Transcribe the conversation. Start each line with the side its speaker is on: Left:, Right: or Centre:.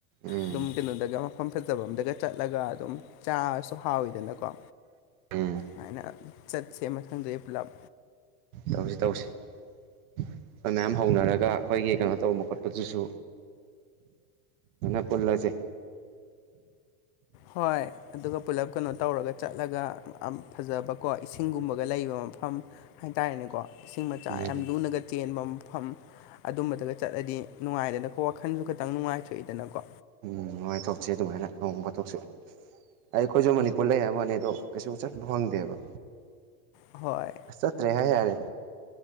Right: ꯎꯝ
Left: ꯑꯗꯨꯝ ꯀꯩꯅꯣꯗꯒ ꯃꯐꯝ ꯐꯖꯕ ꯑꯝꯗꯒ ꯆꯠꯂꯒ ꯑꯗꯨꯝ ꯆꯥꯔꯁꯨ ꯍꯥꯎꯋꯤꯗꯅꯀꯣ
Right: ꯎꯝ
Left: ꯍꯥꯏꯅ ꯆꯠꯁꯦ ꯃꯪꯗꯦ ꯄꯨꯂꯞ
Right: ꯇꯧꯁꯤ ꯇꯧꯁꯤ ꯑꯩꯈꯣꯏ ꯃꯌꯥꯝ ꯍꯧꯅꯔꯒ ꯑꯩꯈꯣꯏꯒꯤ ꯀꯩꯅꯣ ꯇꯧꯕ ꯈꯣꯠꯄꯗꯨꯁꯨ ꯑ ꯄꯨꯣꯜꯂꯁꯦ
Left: ꯍꯣꯏ ꯑꯗꯨꯒ ꯄꯨꯂꯞ ꯀꯩꯅꯣ ꯇꯧꯔꯒ ꯆꯠꯂꯒ ꯐꯖꯕ ꯀꯣ ꯏꯁꯤꯡꯒꯨꯝꯕꯒ ꯂꯩꯕ ꯃꯐꯝ ꯍꯥꯏ ꯇꯔꯦꯅꯦꯀꯣ ꯏꯁꯤꯡ ꯃꯆꯥ
Right: ꯎꯝ
Left: ꯌꯥꯝ ꯂꯨꯅꯒ ꯆꯦꯟꯕ ꯃꯐꯝ ꯑꯗꯨꯝꯕꯗꯒ ꯆꯠꯂꯗꯤ ꯅꯨꯡꯉꯥꯏꯗꯅꯀꯣ ꯋꯥꯈꯟꯁꯨ ꯈꯤꯇꯪ ꯅꯨꯡꯉꯥꯏꯊꯣꯛꯏꯗꯅꯀꯣ
Right: ꯎꯝ ꯍꯥꯏ ꯊꯣꯛꯁ ꯑꯗꯨꯃꯥꯏꯅ ꯅꯣꯡ ꯐꯣꯠꯇꯣꯛꯁꯨ ꯑꯩꯈꯣꯏꯁꯨ ꯃꯅꯤꯄꯨꯔ ꯂꯩ ꯍꯥꯏꯕꯅꯤ ꯑꯗꯣ ꯀꯩꯁꯨ ꯆꯠꯄ ꯐꯪꯗꯦꯕ
Left: ꯍꯣꯏ
Right: ꯑ ꯇ꯭ꯔꯦ ꯍꯖꯔꯦ